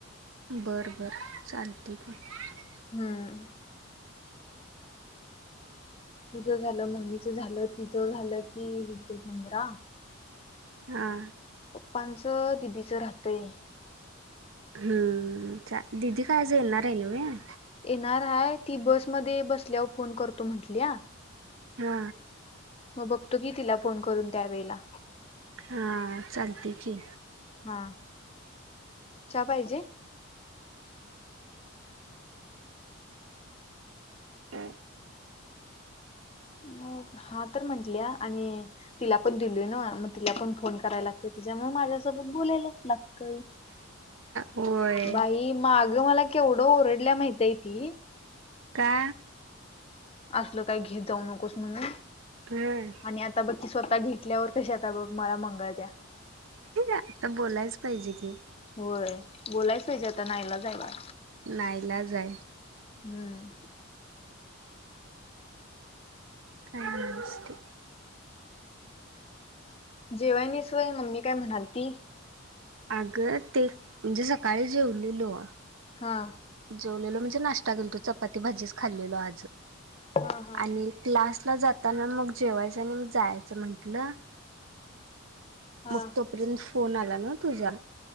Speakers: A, on the right (about 65°); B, on the left (about 25°).
A: बरं बरं चालेल. ते का <unintelligible>
B: हम्म. तुझ झालं मम्मीच झालं तिचं झालं कि होते पंधरा.
A: हा.
B: प्पांचं दिदीचं राहतय.
A: हम्म. दिदी कायच <unintelligible> येलणार आहे न म
B: येणार हाय ती बसमध्ये बसल्यावर फोन करतो म्हटली या
A: हा.
B: मग बघतो की तिला फोन करून त्यावेेळेला.
A: हा चालते की.
B: हा चा पाहिजे.
A: हम <unintelligible>
B: मग हा तर म्हंटल आणि तिला पण दिलय ना म तिला पण फोन करायला लागत तिच्यामुळे माझ्यासोबत बोलायलाच लागतय.
A: होय
B: बाई माग मला केवढ ओरडल्या माहितय ती.
A: का
B: असल काय घेत जाऊ नकोस म्हणून.
A: हम्म.
B: आणि आता बकी स्व आता घेतल्यावर कशी आता बघ मला मंगळ त्या
A: आता बोलायच पाहिजे की
B: होय बोलायच ज आता नायलाज हाय बा
A: नाहीलाज हाय.
B: हम्म.
A: काष्ट
B: जेवायनिस वय मग मी काय म्हणाल ती.
A: अग ते म्हणजे सकाळी जेवलीलो.
B: हा.
A: जेवलेलो म्हणजे नाश्ता केेल तो चपाती ते भाजीच खाल्लेलो आज.
B: हा हा
A: आणि क्लासला जाताना मग जेवाय. जनी मी जायचं म्हंटलं
B: हा
A: मग तोपर्यंत फोन आला ना तुझा